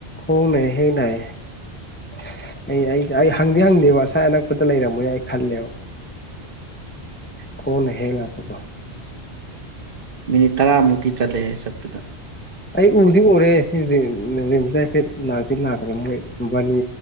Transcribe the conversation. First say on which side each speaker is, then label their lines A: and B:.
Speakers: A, on the left (about 20°); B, on the right (about 55°).
A: ꯍꯅꯦ ꯍꯅ ꯑꯩ ꯑꯩꯗꯤ ꯑꯩ ꯍꯪꯗꯦ ꯍꯪꯗꯦꯕ ꯉꯁꯥꯏ ꯑꯅꯛꯄꯗ ꯂꯩꯔꯝꯃꯅꯦ ꯑꯩ ꯈꯜꯂꯦꯕ ꯈꯣꯡꯅ ꯍꯦꯛ ꯂꯥꯛꯄꯀꯣ
B: ꯃꯤꯅꯤꯠ ꯇꯔꯥꯃꯨꯛꯇꯤ ꯆꯠꯂꯦ ꯍꯥꯏ ꯆꯠꯄꯗ
A: ꯑꯩ ꯎꯗꯤ ꯎꯔꯦ ꯁꯤꯔꯤꯝꯁ ꯍꯥꯏꯐꯦꯠ ꯂꯥꯛꯇꯤ ꯂꯥꯛꯈ꯭ꯔꯦ ꯃꯣꯏꯕꯥꯅꯤ